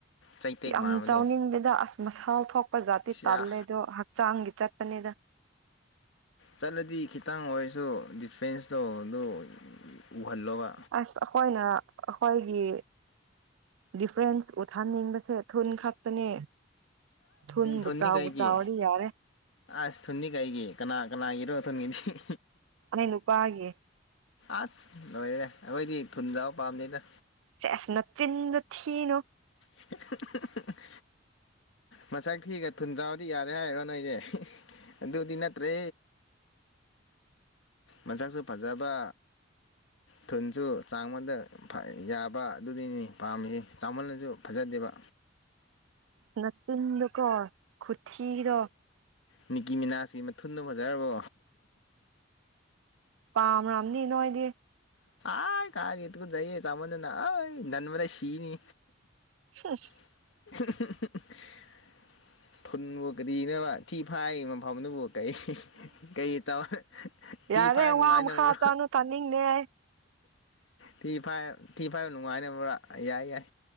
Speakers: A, on the left; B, on the right.
A: ꯆꯩꯇꯦꯛ
B: ꯌꯥꯝ
A: ꯃꯥꯟꯕꯗꯣ
B: ꯆꯥꯎꯅꯤꯡꯗꯦꯗ ꯑꯁ ꯃꯁꯥꯜ ꯊꯣꯛꯄ ꯖꯥꯇꯤ
A: ꯁꯤꯌꯥ
B: ꯇꯜꯂꯦꯗꯣ ꯍꯛꯆꯥꯡꯒꯤ ꯆꯠꯄꯅꯤꯗ
A: ꯆꯠꯂꯗꯤ ꯈꯤꯇꯪ ꯑꯣꯏꯁꯨ ꯗꯤꯐ꯭ꯔꯦꯟꯁꯇꯣ ꯑꯗꯨ ꯎ ꯎꯍꯜꯂꯣꯕ꯫
B: ꯑꯁ ꯑꯩꯈꯣꯏꯅ ꯑꯩꯈꯣꯏꯒꯤ ꯗꯤꯐ꯭ꯔꯦꯟꯁ ꯎꯠꯍꯟꯅꯤꯡꯕꯁꯦ ꯊꯨꯟ ꯈꯛꯇꯅꯦ ꯊꯨꯟꯕꯨ
A: ꯊꯨꯟꯗꯤ
B: ꯆꯥꯎꯕꯨ
A: ꯀꯩꯒꯤ
B: ꯆꯥꯎꯔꯗꯤ ꯌꯥꯔꯦ
A: ꯑꯁ ꯊꯨꯟꯗꯤ ꯀꯩꯒꯤ ꯀꯅꯥ ꯀꯅꯥꯒꯤꯔꯣ ꯊꯨꯟꯒꯤꯗꯤ
B: ꯑꯩ ꯅꯨꯄꯥ ꯒꯤ
A: ꯑꯁ ꯂꯣꯏꯔꯦ ꯑꯈꯣꯏꯗꯤ ꯊꯨꯟ ꯖꯥꯎ ꯄꯥꯝꯗꯦꯗ꯫
B: ꯁꯦꯁ ꯅꯆꯤꯟꯗ‌ꯣ ꯊꯤꯅꯣ
A: <unintelligible> ꯃꯁꯛ ꯊꯤꯒ ꯊꯨꯟꯆꯥꯎꯔꯗꯤ ꯌꯥꯔꯦ ꯍꯥꯏꯔꯤꯔꯣ ꯅꯣꯏꯁꯦ ꯑꯗꯨꯗꯤ ꯅꯠꯇ꯭ꯔꯦ꯫ ꯃꯁꯛꯁꯨ ꯐꯖꯕ ꯊꯨꯟꯁꯨ ꯆꯥꯡꯃꯗ꯫ ꯌꯥꯕ ꯑꯗꯨꯅꯤꯅ‌ꯦ ꯄꯥꯝꯃꯤꯁꯤ ꯆꯥꯎꯃꯜꯂꯁꯨ ꯐꯖꯗꯦꯕ
B: ꯅꯆꯤꯟꯗꯣ ꯀꯣ ꯈꯨꯊꯤꯗꯣ꯫
A: ꯅꯤꯀꯤ ꯃꯤꯅꯥꯁꯀꯤ ꯃꯊꯨꯟꯗꯣ ꯐꯖꯔꯕꯣ꯫
B: ꯄꯥꯝ ꯔꯝꯅꯤ ꯅꯣꯏꯗꯤ꯫
A: ꯑꯥꯏ ꯀꯥꯏ ꯇꯨꯀꯆꯩꯌꯦ ꯆꯥꯎꯃꯟꯗꯅ ꯑꯥꯏ ꯅꯟꯕꯗꯥ ꯑꯩ ꯁꯤꯅꯤ
B: ꯍꯨꯞ
A: <unintelligible> ꯊꯨꯟꯕꯨ ꯀꯔꯤꯅ‌ꯣꯕ ꯊꯤ ꯐꯥꯏ ꯃꯐꯝꯗꯨꯕꯨ ꯀꯩ ꯀꯩ ꯇꯧ ꯇꯤ
B: ꯌꯥꯔꯦ
A: ꯐꯥꯏ ꯅꯨꯡꯉꯥꯏꯅꯕ꯭ꯔꯣ
B: ꯋꯥ ꯃꯈꯥ <unintelligible>
A: ꯊꯤ ꯐꯥꯏ ꯊꯤ ꯐꯥꯏꯕ ꯅꯨꯡꯉꯥꯏꯅꯕ꯭ꯔꯥ ꯌꯥꯏ ꯌꯥꯏ